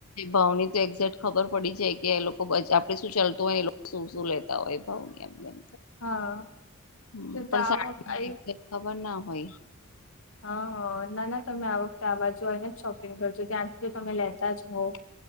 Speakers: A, on the left (about 90°); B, on the left (about 65°).
A: ભાવની તો એક્ઝેક્ટ ખબર પડી જાય કે એ લોકો આપડે શું ચાલતું હોય એ લોકો શું શું લે. હોય ભાવ ની એમનેમ.
B: હા.
A: હમ
B: તો
A: પણ
B: તો આ વખતે
A: ખબર ના હોય.
B: હા ના ના તમે આ વખતે આવા જને જ શોપિંગ કરજો ત્યાંથી જો તમે લેતા જ હોવ.